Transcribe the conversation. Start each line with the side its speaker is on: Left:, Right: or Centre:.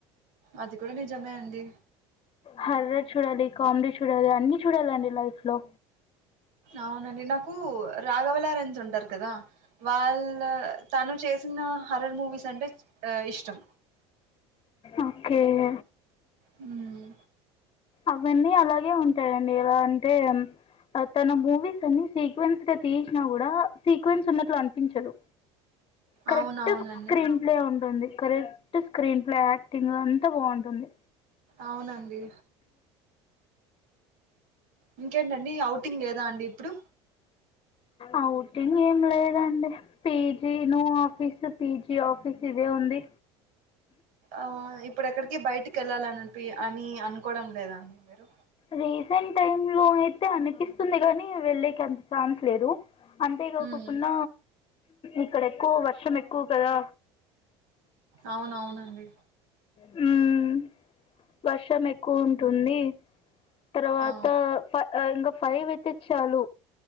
Right: అది కూడా నిజమో అండి.
Left: హర్రర్ చూడాలి కామెడీ చూడాలి అన్నీ చూడాలండి లైఫ్ లో
Right: అవునండి నాకు రాఘవ లారెన్స్ ఉంటారు కదా వాళ్ళ తను చేస్ చిన్న హరర్ మూవీస్ అంటే ఆ ఇష్టం
Left: ఓకే <inaudible>
Right: హ్మ్.
Left: అవన్నీ అలాగే ఉంటాయండి ఎలా అంటే తన మూవీస్ అన్ని సీక్వెన్స్ గా తీసినా కూడా సీక్వెన్స్ ఉన్నట్లు అనిపించదు. కరెక్ట్
Right: అవునవునండి
Left: స్క్రీన్ ప్లే ఉంటుంది కరెక్ట్ స్క్రీన్ అలా యాక్టింగ్ అంతా బావుంటుంది.
Right: అవునండి ఇంకేంటండి అవుటింగ్ లేదా అండి ఇప్పుడు
Left: అవుటింగ్ ఏం లేదండి పీజీ నూ ఆఫీసు పీజీ ఆఫీస్ ఇదే ఉంది.
Right: ఆ ఇప్పుడుఎక్కడికి బయట్ ఇంటికి వెళ్ళాలనిపి అని అనుకోవడం లేదాండి మీరు
Left: రీసెంట్ టైమ్ లో అయితే అనిపిస్తుంది గానీ వెళ్ళకి అంత ఛాన్స్ లేదు. అంతే కాకోకున్న
Right: ఉమ్
Left: ఇక్కడ ఎక్కువ వర్షం ఎక్కువ కదా.
Right: అవునవునండి.
Left: హ్మ్ వర్షం ఎక్కువ ఉంటుంది. తర్వాత
Right: ఆ
Left: ఫ ఇంగ ఫైవ్ ఐతే చాలు